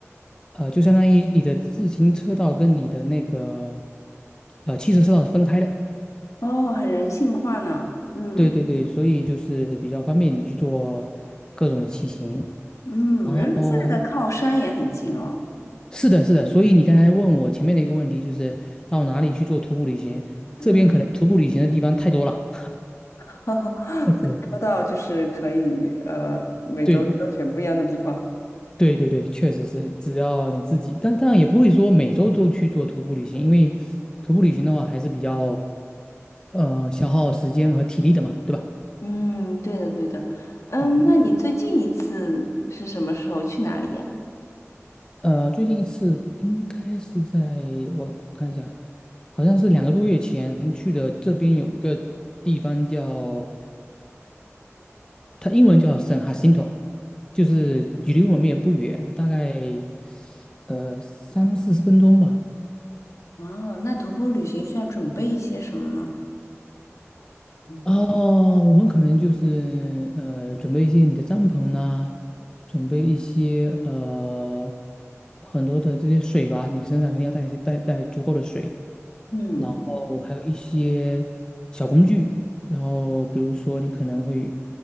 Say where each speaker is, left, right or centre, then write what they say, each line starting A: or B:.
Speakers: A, on the left (about 15°); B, on the left (about 80°).
A: 呃，就相当于你的自行车道跟你的那个呃汽车车道是分开的。
B: 哦，很人性化呢，嗯
A: 对对对，所以就是比较方便你去做各种的骑行。
B: 嗯，Riverside
A: 然后
B: 的靠山也很近哦，
A: 是的，是的，所以你刚才问我前面的一个问题，就是到哪里去做徒步旅行？这边可能徒步旅行的地方太多了。
B: 嗯，<laughs>
A: <laughs>
B: 所以说到就是可以呃每周都选不一样的地方。
A: 对对对对，确实是，只要你自己，但当然也不会说每周都去做徒步旅行，因为徒步旅行的话还是比较呃消耗时间和体力的嘛，对吧？
B: 嗯，对的对的，嗯，
A: 嗯。
B: 那你最近一次是什么时候去哪里呀？
A: 呃，最近一次应该是在我我看一下，好像是两个多月前去的。这边有一个地方叫它英文叫 San Jacinto，就是距离我们也不远，大概呃三四十分钟吧。
B: 哦，那徒步旅行需要准备一些什么呢？嗯
A: 哦，我们可能就是呃准备一些你的帐篷啦、准备一些呃很多的这些水吧，你身上肯定要带一些带带足够的水。
B: 嗯，
A: 然后还有一些小工具，然后比如说你可能会